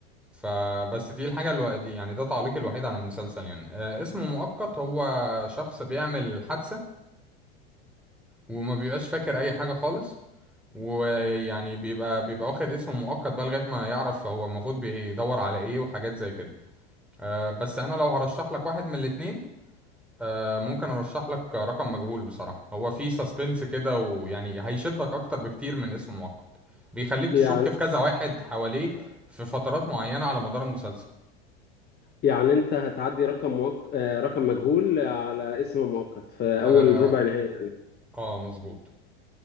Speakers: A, in the centre; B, on the left.
A: فبس دي الحاجة اللي دي يعني ده تعليقي الوحيد عن المسلسل يعني آه اسمه مؤقت هو شخص بيعمل حادثة وما بيبقاش فاكر أي حاجة خالص ويعني بيبقى بيبقى واخد اسم مؤقت بقى لغاية ما يعرف هو المفروض بيدور على ايه وحاجات زي كده آه، بس انا لو هرشح لك واحد من الاتنين آه، ممكن ارشح لك رقم مجهول بصراحة هو فيه سسبنس كده ويعني هيشدك اكتر بكتير من اسم مؤقت بيخليك تشك
B: يعني
A: في كذا واحد حواليه في فترات معينة على مدار المسلسل
B: يعني انت هتعدي رقم موك... آه، رقم مجهول على اسم مؤقت في
A: اه,
B: اول ربع نهائي يعني
A: آه مظبوط